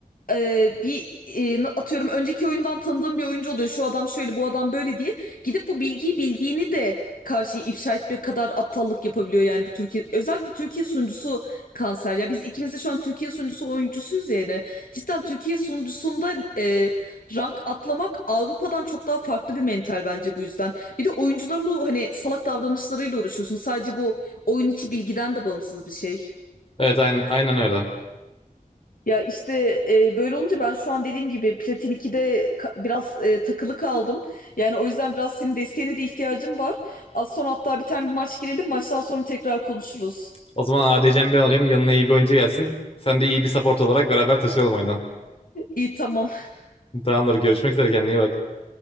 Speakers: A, on the left (about 70°); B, on the left (about 40°).
A: e, bir e, atıyorum önceki oyundan tanıdığım bir oyuncu oluyor. Şu adam şöyle, bu adam böyle diye. Gidip bu bilgiyi bildiğini de karşıya ifşa etmek kadar aptallık yapabiliyor yani bu Türkiye. Özellikle Türkiye sunucusu kanser. Ya biz ikimiz de şu an Türkiye sunucusu oyuncusuyuz yani. Cidden Türkiye sunucusunda e, rank atlamak Avrupa'dan çok daha farklı bir mental bence bu yüzden. Bir de oyuncuların bu hani salak davranışlarıyla uğraşıyorsun. Sadece bu oyun içi bilgiden de bağımsız bir şey.
B: Evet aynen, aynen öyle.
A: Ya işte e, böyle olunca ben şu an dediğim gibi Platin 2'de ka- biraz e, takılı kaldım. Yani o yüzden biraz senin desteğine de ihtiyacım var. Az sonra hatta bir tane bir maç girelim. Maçtan sonra tekrar konuşuruz.
B: O zaman ADC'mi ben alayım. Yanına iyi bir oyuncu gelsin. Sen de iyi bir support olarak beraber taşıyalım oyunu.
A: İyi tamam.
B: Tamamdır. Görüşmek üzere. Kendine iyi bak.